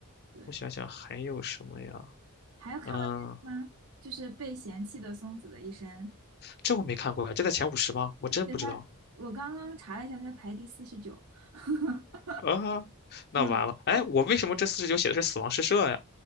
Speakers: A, on the right (about 75°); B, on the left (about 45°).
A: 对，
B: 我想想还有什么呀，
A: 还有看过那个吗？
B: 嗯。
A: 就是被嫌弃的松子的一生，
B: 这我没看过呀，这在前五十吗？我真不知道
A: 对他，我刚刚查了一下，他排第四十九。<laughs>
B: 啊，那完了。
A: 嗯，
B: 哎，我为什么这四十九写的是死亡诗社呀？